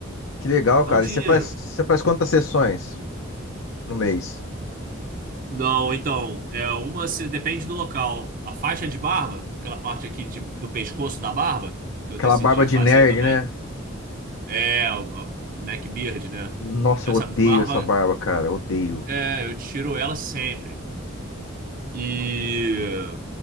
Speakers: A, on the left; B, on the right.
A: Que legal,
B: É
A: cara.
B: um dinheiro.
A: E você faz, você faz quantas sessões no mês?
B: Não, então, é uma se depende do local. A faixa de barba, aquela parte aqui de- do pescoço da barba, que eu
A: Aquela
B: decidi
A: barba de
B: fazer
A: nerd,
B: também,
A: né?
B: é a, a neck beard, né?
A: Nossa,
B: Essa
A: eu odeio
B: barba,
A: essa barba, cara. Odeio.
B: é, eu tiro ela sempre. E